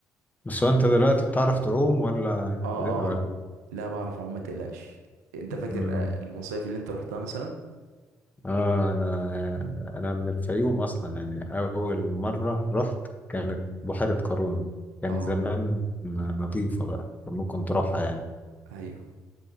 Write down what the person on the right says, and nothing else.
اه
اه لا بعرف اعوم ما تقلقش انت فاكر
آه، المصايف اللي انت رحتها مثلا
اه
ايوه